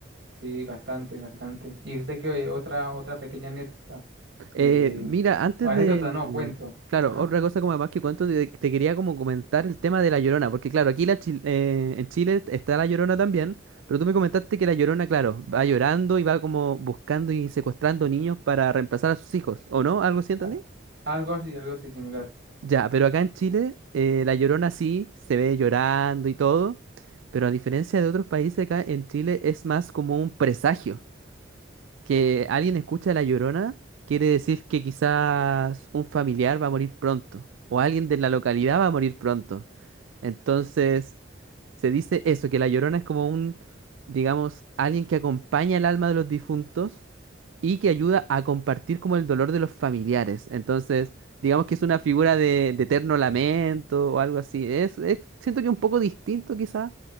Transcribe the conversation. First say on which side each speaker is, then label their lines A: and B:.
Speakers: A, on the right; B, on the right.
A: sí, bastante, bastante. ¿Y usted qué otra, otra pequeña anécdota de,
B: Eh, mira, antes
A: o anécdota
B: de...
A: no, cuento?
B: Claro,
A: Ajá.
B: otra cosa como además que cuento, te, te quería como comentar el tema de La Llorona, porque claro, aquí la Chil- eh, en Chile está La Llorona también, pero tú me comentaste que La Llorona, claro, va llorando y va como buscando y secuestrando niños para reemplazar a sus hijos, ¿o no? ¿Algo así entendí?
A: a- Algo así, algo así similar.
B: Ya, pero acá en Chile, eh, la Llorona sí se ve llorando y todo, pero a diferencia de otros países, acá en Chile es más como un presagio. Que alguien escucha la Llorona quiere decir que quizás un familiar va a morir pronto, o alguien de la localidad va a morir pronto. Entonces, se dice eso, que la Llorona es como un, digamos, alguien que acompaña el alma de los difuntos y que ayuda a compartir como el dolor de los familiares. Entonces, digamos que es una figura de, de eterno lamento o algo así. Es, es- siento que un poco distinto quizá